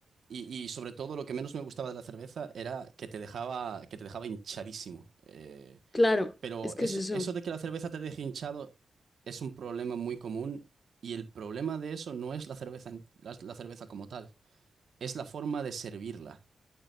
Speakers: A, on the right (about 65°); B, on the left (about 30°).
A: Y, y sobre todo lo que menos me gustaba de la cerveza era que te dejaba, que te dejaba hinchadísimo. Eh,
B: Claro,
A: pero
B: es
A: eso,
B: que es eso.
A: eso de que la cerveza te deje hinchado es un problema muy común y el problema de eso no es la cerveza, en- la la cerveza como tal, es la forma de servirla